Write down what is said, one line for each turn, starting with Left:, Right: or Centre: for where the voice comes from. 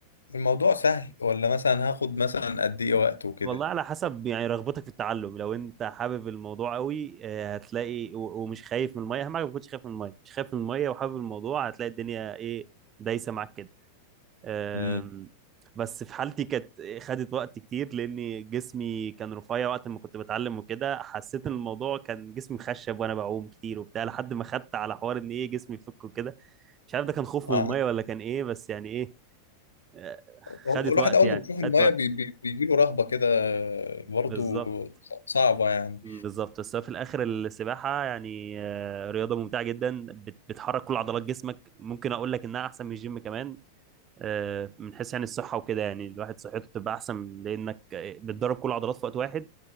Left: الموضوع سهل ولا مثلا هاخد مثلا قد
Right: و-
Left: ايه وقت وكده
Right: والله على حسب يعني رغبتك في التعلم لو أنت حابب الموضوع قوي آه، هتلاقي و- ومش خايف من المية أهم حاجة ما تكونش خايف من المية مش خايف من المية وحابب الموضوع هتلاقي الدنيا إيه دايسة معاك كده أم،
Left: امم
Right: بس في حالتي كانت خدت وقت كتير لأن جسمي كان رفيع وقت ما كنت بتعلم وكده حسيت إن الموضوع كان جسمي مخشب وأنا بعوم كتير وبتاع لحد ما خدت على حوار إن إيه جسمي يفك وكده مش عارف ده كان خوف
Left: آه،
Right: من المية ولا كان إيه بس يعني إيه أه،
Left: هو
Right: خدت
Left: الواحد
Right: وقت
Left: اول
Right: يعني
Left: ما بيشوف
Right: خدت
Left: الميه
Right: وقت
Left: بي بي بيجي له رهبه كده آه، برضو
Right: بالظبط
Left: صعبه يعني
Right: مم، بالظبط بس هو في الاخر السباحه يعني آه، رياضه ممتعه جدا بت- بتحرك كل عضلات جسمك ممكن اقول لك انها احسن من الجيم كمان آه، من حيث يعني الصحة وكده يعني الواحد صحته تبقى أحسن لأنك بتدرب كل العضلات في وقت واحد